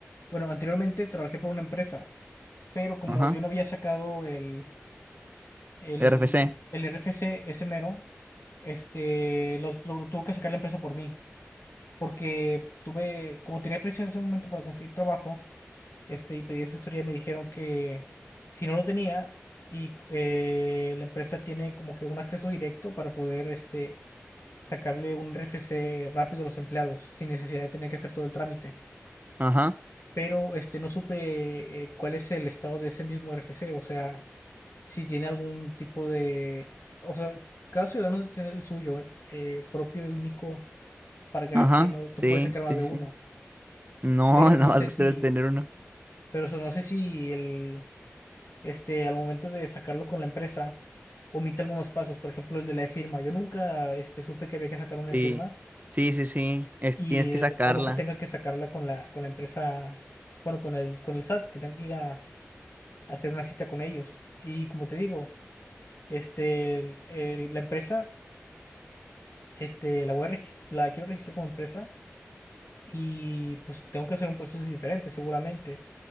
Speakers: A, on the left; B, on the right.
A: bueno, anteriormente trabajé por una empresa, pero como
B: Ajá,
A: yo no había sacado el El,
B: RFC.
A: el RFC, ese mero, este, lo, lo tuvo que sacar la empresa por mí, porque tuve, como tenía prisa en ese momento para conseguir trabajo, este, y pedí asesoría, me dijeron que si no lo tenía, y eh, la empresa tiene como que un acceso directo para poder, este, sacarle un RFC rápido a los empleados, sin necesidad de tener que hacer todo el trámite.
B: Ajá,
A: Pero, este, no supe eh, cuál es el estado de ese mismo RFC, o sea si tiene algún tipo de, o sea, cada ciudadano debe tener el suyo eh, propio y único para cada
B: ajá,
A: quien, no,
B: sí,
A: no puede sacar
B: sí,
A: más de
B: sí,
A: uno,
B: sí. No,
A: pero
B: <laughs> no
A: no
B: vas
A: sé
B: a
A: si,
B: debes tener uno.
A: pero eso, no sé si el, este, al momento de sacarlo con la empresa, omite algunos pasos, por ejemplo, el de la firma. Yo nunca, este, supe que había que sacar una
B: Sí,
A: firma
B: sí, sí, sí. Este,
A: y
B: tienes que
A: eh,
B: sacarla.
A: a lo mejor tenga que sacarla con la, con la empresa, bueno, con el, con el SAT, que tenga que ir a, a hacer una cita con ellos. Y como te digo, este, el- el- la empresa Este, la voy a regis- la quiero registrar como empresa y pues tengo que hacer un proceso diferente seguramente.